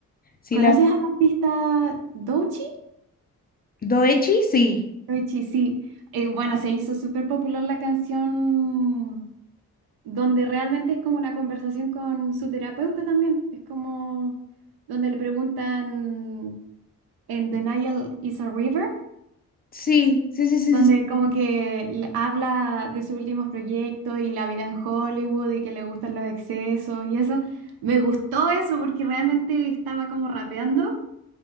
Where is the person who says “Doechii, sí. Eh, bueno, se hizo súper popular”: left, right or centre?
Right